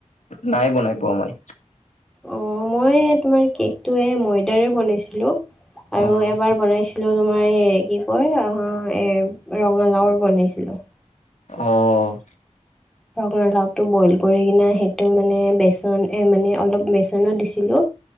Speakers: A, on the left; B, in the centre.
A: নাই বনাই পোৱা মই।
B: অ, মই তোমাৰ কেকটো এ ময়দাৰে বনাইছিলো, আৰু
A: অ',
B: এবাৰ বনাইছিলো। বনাইছিলো, তোমাৰ এই কি কয় ৰঙালাওৰ বনাইছিলো।
A: অ'।
B: ৰঙালাওটো বইল কৰি কিনে সেইটো মানে বেচন এ মানে অলপ বেচনত দিছিলো।